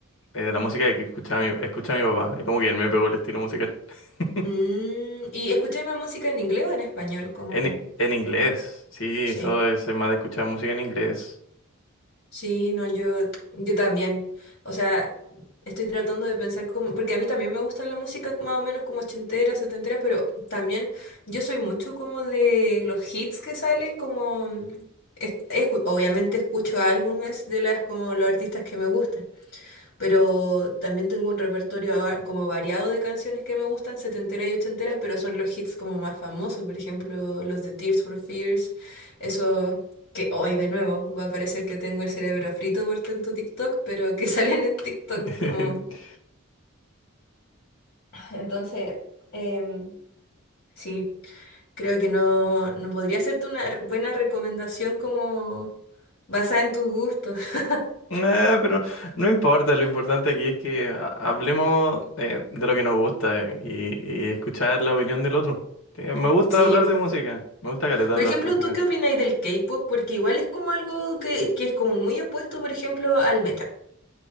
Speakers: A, on the left; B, on the left.
A: eh, de la música que escucha mi, escucha mi papá. Es como que él me pegó el estilo musical. <laughs>
B: Mm, ¿y escucháis más música en inglés o en español? Como,
A: En, en inglés. Sí,
B: sí.
A: soy, soy más de escuchar música en inglés.
B: Sí, no, yo, yo también. O sea, estoy tratando de pensar cómo, porque a mí también me gusta la música más o menos como ochentera, setentera, pero también yo soy mucho como de los hits que salen, como, es- escu- obviamente escucho álbumes de las, como los artistas que me gustan pero también tengo un repertorio va- como variado de canciones que me gustan, setenteras y ochenteras, pero son los hits como más famosos, por ejemplo, los de Tears for Fears, eso que hoy de nuevo va a parecer que tengo el cerebro frito por tanto TikTok, pero que <laughs> salen en TikTok
A: <laughs>
B: como... Entonces, em, Sí, creo que no, no podría hacerte una r- buena recomendación como basada en tus gustos. <laughs>
A: Eh, pero no importa, lo importante aquí es que ha- hablemos eh, de lo que nos gusta eh, y, y escuchar la opinión del otro. Sí, me gusta
B: Sí,
A: hablar de música, me gusta caleta
B: Por
A: hablar
B: ejemplo,
A: de música.
B: ¿tú qué opinas del K-pop? Porque igual es como algo que, que es como muy opuesto, por ejemplo, al metal.